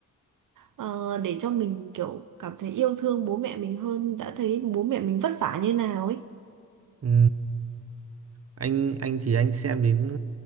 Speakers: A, on the right; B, on the right.
A: ờ, để cho mình kiểu cảm thấy yêu thương bố mẹ mình hơn đã thấy bố mẹ mình vất vả như nào ấy
B: Ừ. anh anh thì anh xem đến